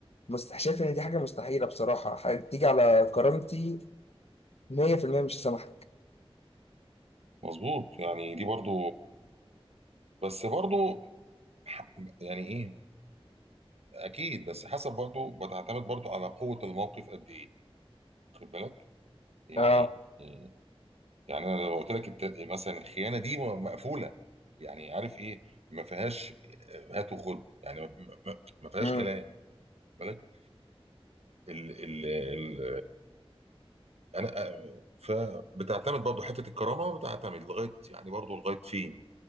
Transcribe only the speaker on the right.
مظبوط يعني دي برضو بس برضو ح- يعني ايه اكيد بس حسب برضو بتعتمد برضو على قوه الموقف قد ايه خد بالك يعني
آه، يعني انا لو قلت لك الت- مثلا الخيانه دي م- مقفوله يعني عارف ايه ما فيهاش هات وخد يعني ما ما- ما فيهاش
كلام بالك ال ال ال انا فبتعتمد برضه حته الكرامه بتعتمد لغايه يعني برضه لغايه فين